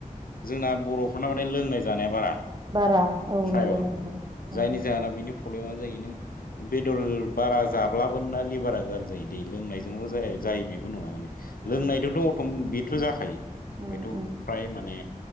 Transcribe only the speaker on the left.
जोंना बर'फोरना माने लोंनाय जानाया बारा
ट्राइबेलफोरनो
जायनि जाहोना बेनि प्रब्लेमा जायो नों बेदर बारा जाब्लाबो ना लिभारा गाज्रि जायो दै लोंनायजोंल' जाया जायो बेबो नङा माने
लोंनायजोंथ' अट' बेथ' जाखायो।
बेथ'
फ्राय माने